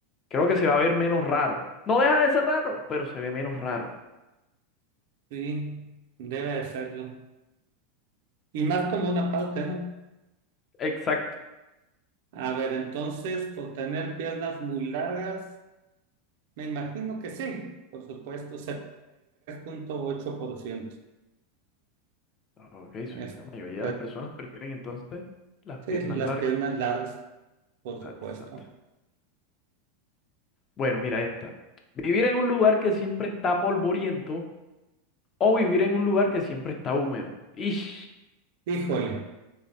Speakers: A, on the left; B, on the right.
A: Creo que se va a ver menos raro. No deja de ser raro, pero se ve menos raro.
B: Sí, debe de serlo. Y más como una parte, ¿no?
A: Exacto.
B: A ver, entonces, por tener piernas muy largas, me imagino que sí, por supuesto, 73.8%.
A: Ok, sí,
B: Este,
A: la mayoría de las personas prefieren entonces las
B: sí,
A: piernas
B: las
A: largas.
B: piernas largas, por
A: Exacto,
B: supuesto.
A: exacto. Bueno, mira esta. Vivir en un lugar que siempre está polvoriento o vivir en un lugar que siempre está húmedo. Ish.
B: Híjole,